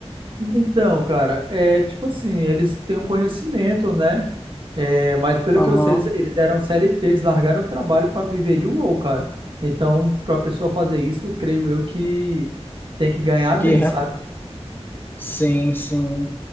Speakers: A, on the right (about 50°); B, on the left (about 20°).
A: então, cara, é tipo assim, eles têm um conhecimento, né? É, mas pelo
B: Aham.
A: que eu sei, eles, eles eram C L T eles largaram o trabalho para viver de WoW, cara. Então, pra pessoa fazer isso, creio eu que tem que ganhar bem,
B: Que re-
A: sabe?
B: sim, sim.